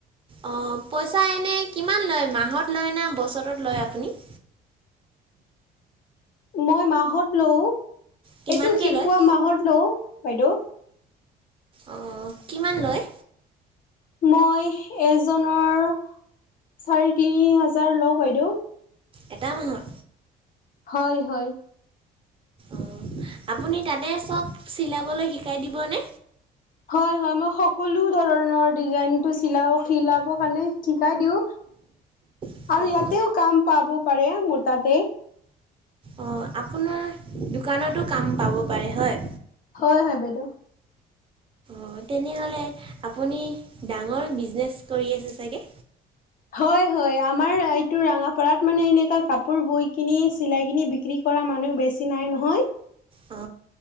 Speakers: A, on the right; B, on the left.
A: অঁ পইচা এনে কিমান লয় মাহত লয় না বছৰত লয় আপুনি?
B: মই মাহত লও
A: কিমানকৈ
B: এইটো শিকোৱা
A: লয়
B: মাহত লও বাইদেউ।
A: অঁ কিমান লয়?
B: মই এজনৰ চাৰে তিনি হাজাৰ লওঁ বাইদেউ।
A: এটা মাহত
B: হয় হয়।
A: অঁ আপুনি তাতে চব চিলাবলৈ শিকাই দিবনে?
B: হয় হয় মই সকলো ধৰণৰ ডিজাইনটো চিলাও চিলাব কাৰণেও শিকাই দিওঁ
A: অঁ
B: আৰু ইয়াতেও কাম পাব পাৰে মোৰ তাতে।
A: অঁ আপোনাৰ দোকানতো কাম পাব পাৰে হয়।
B: হয় হয় বাইদেউ।
A: অঁ তেনেহলে আপুনি ডাঙৰ বিজনেছ কৰি চাগে?
B: হয় হয়, আমাৰ এইটো ৰঙাপাৰাত মানে এনেকা কাপোৰ বৈ কিনি চিলাই কিনি বিক্ৰী কৰা মানুহ বেছি নাই নহয়।
A: অ।